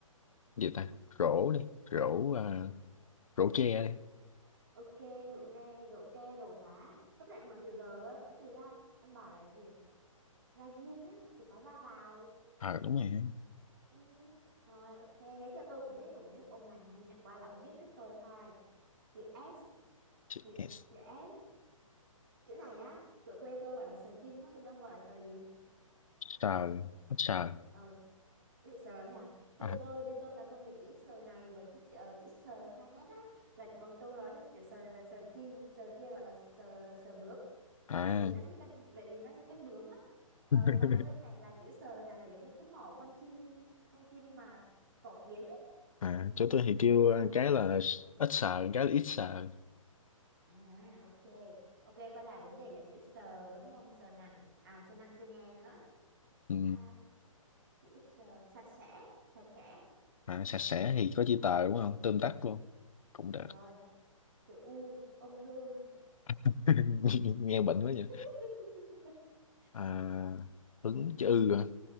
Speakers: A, on the left; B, on the right.
A: gì ta Rổ đi Rổ à, Rổ tre đi
B: ok rượu re rượu tre rượu rá lúc nãy ông nói chữ r á, có từ ra ông bảo là gì ra diên á thì có ra vào
A: Ờ đúng rồi
B: ừ. rồi ok thế cho tôi cũng biết tôi cũng giúp ông mà nhưng chẳng qua là ông biết trước tôi thôi chữ S
A: chữ
B: chữ
A: S
B: chữ S chữ này á ở quê tôi gọi là sờ chim á bên ông gọi là sờ gì
A: Sờ Ít sờ
B: ờ chữ sờ đấy à Thôi
A: À
B: tôi bên tôi là phân biệt chữ sờ này với chữ sờ chữ sờ hai nét á là bọn tôi nói là chữ sờ này là sờ chim sờ kia gọi là sờ sờ bướm
A: À
B: tại vì nó như cánh vậy vì nó như cánh bướm á ờ,
A: <laughs>
B: còn cái bên này là chữ sờ này là giống như cái mỏ con chim con chim mà có kiến
A: À, chỗ tôi thì kêu ờ,
B: Đó.
A: cái là ít sờ, cái là ít sờ.
B: À, ok. Ok, quay lại vấn đề là chữ sờ đúng không? sờ nặng. À, sờ nặng sờ nhẹ nữa.
A: Ừ.
B: À, chữ sờ sạch sẽ, sạch sẽ.
A: À, sạch sẽ thì có chữ tờ đúng không? Tóm tắt luôn. Cũng được.
B: Rồi, chữ U, ung thư.
A: <laughs> Nghe bệnh quá vậy.
B: <laughs>
A: À, ứng chữ ư hả?